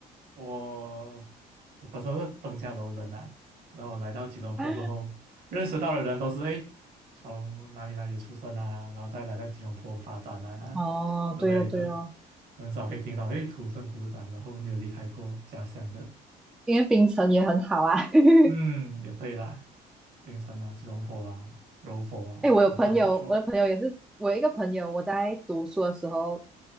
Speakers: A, on the right; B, in the centre.
A: 我我本身是登嘉楼人呐、然后我来到吉隆坡过后，
B: 啊，
A: 认识到的人都是诶，从哪里哪里出生啊，然后再来到吉隆坡发展啊
B: 哦，
A: 之类的，
B: 对哦对哦，
A: 很少可以听到诶土生土长，然后没有离开过家乡的。
B: 因为槟城也很好啊。<laughs>
A: 嗯，也对啦，槟城啊、吉隆坡啊、柔佛啊都算不错。
B: 哎，我有朋友，我的朋友也是，我有一个朋友，我在读书的时候